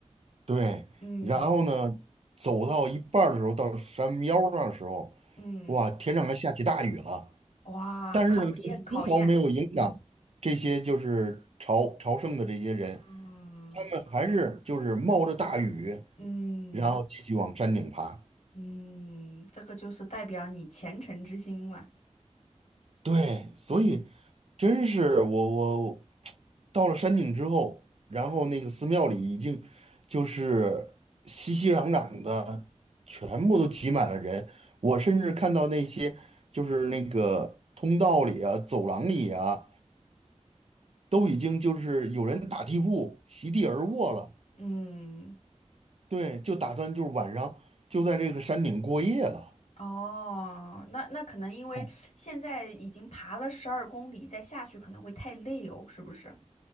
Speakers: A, on the right; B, on the left.
A: 对。
B: 嗯
A: 然后呢，走到一半儿的时候，到山腰上的时候，
B: 嗯，
A: 哇，天上还下起大雨了。
B: 哇，
A: 但是呢，
B: 考验考验，
A: 这丝毫没有影响这些就是朝朝圣的这些人，
B: 嗯
A: 他们还是就是冒着大雨，
B: 嗯
A: 然后继续往山顶爬。
B: 嗯，这个就是代表你虔诚之心了。
A: 对，所以
B: 嗯
A: 真是我我到了山顶之后，然后那个寺庙里已经就是熙熙攘攘的，全部都挤满了人。我甚至看到那些就是那个通道里啊、走廊里啊。都已经就是有人打地铺席地而卧了，
B: 嗯，
A: 对，就打算就是晚上就在这个山顶过夜了。
B: 哦，那那可能因为现在已经爬了十二公里，
A: 哦
B: 再下去可能会太累哦，是不是？